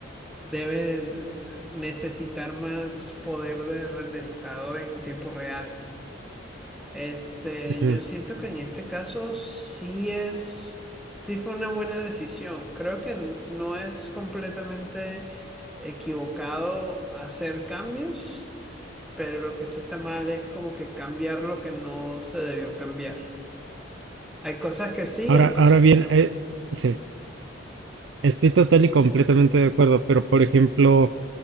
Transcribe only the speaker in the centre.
debe eh, necesitar más poder de renderizado en tiempo real. Este,
yo siento que en este caso sí es, sí fue una buena decisión. Creo que n- no es completamente equivocado hacer cambios, pero lo que sí está mal es como que cambiar lo que no se debió cambiar. Hay cosas que sí,
hay
cosas
que no.